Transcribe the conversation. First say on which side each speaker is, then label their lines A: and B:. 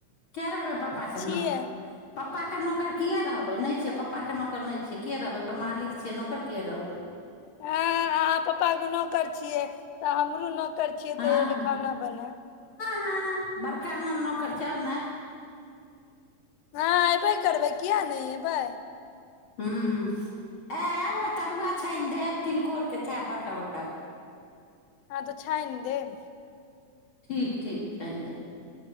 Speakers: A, on the left; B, on the left.
A: कऐ लेबै पपा सनक
B: छियै
A: प पप्पा के नौकर किया रहबे नहि छै पप्पा के नौकर नहि छै केिया रहबै ओकर मालिक छियै नौकर किए रहबै
B: हँ अहाँ पप्पा कें नौकर छियै तऽ हमरो न छियै
A: हँ
B: तेल
A: हँ
B: खाना बनायब
A: हँ बरखा मे नौकर छीयौ ने
B: हँ अयबे करबै किएक नहि अयबै
A: हुँ आ तरुआ छनि देब तिलकोरके छै बड़का बड़का गो
B: हँ तऽछाईन देेब
A: ठीक ठीक छाईन देब